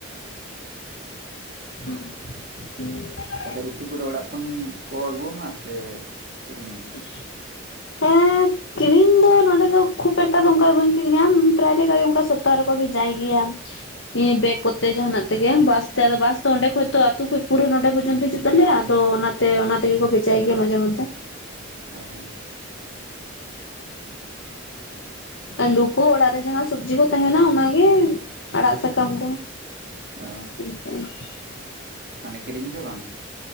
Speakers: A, on the left; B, on the right.
A: <inaudible>
B: ᱛᱟᱦᱚᱞᱮ ᱩᱛᱩ ᱠᱚᱫᱚ ᱚᱲᱟᱜ ᱠᱷᱚᱱ ᱠᱚ ᱟᱹᱜᱩᱣᱟ ᱢᱟ ᱥᱮ ᱠᱤᱨᱤᱧ ᱟᱢ?
A: <inaudible> ᱦᱮᱸ ᱾ ᱠᱤᱨᱤᱧ ᱫᱚ ᱱᱚᱸᱰᱮ ᱫᱚ ᱠᱷᱩᱵ ᱮᱠᱴᱟ ᱫᱚ ᱚᱱᱠᱟ ᱫᱚ ᱵᱟᱹᱧ ᱠᱤᱨᱤᱧᱟ, ᱯᱨᱟᱭ ᱞᱮᱠᱟ ᱜᱮ ᱚᱱᱠᱟ ᱥᱚᱯᱛᱟ ᱨᱮᱠᱚ ᱵᱷᱮᱡᱟᱭ ᱜᱮᱭᱟ ᱾ ᱵᱮᱠ ᱠᱚᱛᱮ ᱡᱟᱦᱟᱱᱟᱜ ᱛᱮᱜᱮ ᱵᱟᱥ ᱛᱮ, ᱟᱫᱚ ᱵᱟᱥ ᱛᱚ ᱚᱸᱰᱮ ᱠᱷᱚᱡ ᱛᱚ ᱟᱹᱛᱩ ᱠᱷᱚᱡ ᱯᱩᱨᱟᱹ ᱱᱚᱰᱮ ᱯᱚᱨᱡᱚᱱᱛᱚ ᱦᱤᱡᱩᱜ - ᱛᱟᱞᱮᱭᱟ᱾ ᱟᱫᱚ ᱚᱱᱟ ᱛᱮ ᱚᱱᱟ ᱛᱮᱜᱮ ᱠᱚ ᱵᱷᱮᱡᱟᱭ ᱜᱮᱭᱟ ᱢᱟᱡᱷᱮ ᱢᱚᱫᱽᱷᱮ ᱾
B: ᱚ
A: ᱟᱞᱩ ᱠᱚ ᱚᱲᱟᱜ ᱨᱮ ᱡᱟᱦᱟᱸ ᱥᱚᱵᱽᱡᱤ ᱠᱚ ᱛᱟᱦᱮᱱᱟ ᱚᱱᱟ ᱜᱮ ᱟᱲᱟᱜ ᱥᱟᱠᱟᱢ ᱠᱚ ᱾ <inaudible>
B: ᱚ ᱢᱟᱱᱮ ᱠᱤᱨᱤᱧ ᱫᱚ ᱵᱟᱝ ᱾